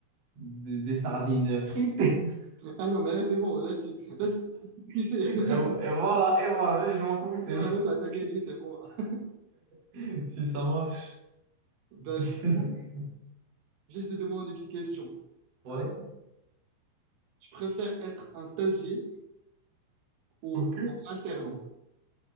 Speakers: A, on the right (about 45°); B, on the right (about 70°).
A: des des sardines frites. <laughs>
B: Ah non, mais là, c'est bon. Là, tu, là, tu triché. <laughs> Là,
A: Et, vo-
B: c'est-
A: et voilà, et voilà, je m'en fous, c'est
B: voilà, t'as t'as gagné, c'est bon. hein.
A: <laughs> si ça marche.
B: Bah,
A: <laughs>
B: du coup, je te demande une petite question.
A: Ouais,
B: Ah, tu préfères être un stagiaire ou
A: ok.
B: en alternant.